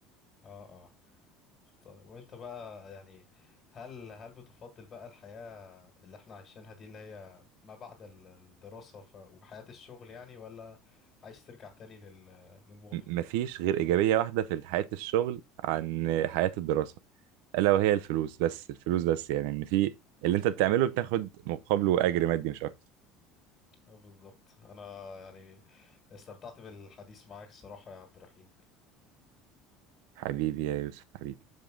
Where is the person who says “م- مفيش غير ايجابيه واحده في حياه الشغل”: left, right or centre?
Right